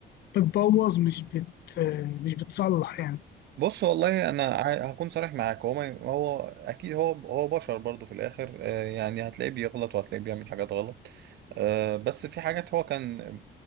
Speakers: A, on the left; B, on the right.
A: بتبوظ مش بت مش بتصلح يعني
B: بص والله انا ع- هكون صريح معاك هو ما هو اكيد هو هو بشر برضه في الاخر آه، يعني هتلاقيه بيغلط وهتلاقيه بيعمل حاجات غلط آه، بس في حاجات هو كان